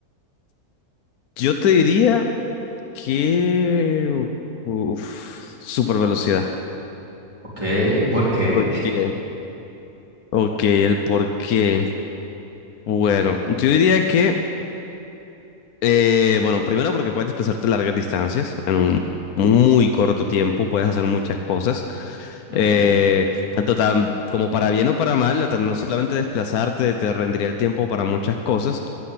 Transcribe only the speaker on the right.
Ok, ¿por qué?
Ujú,
ujú,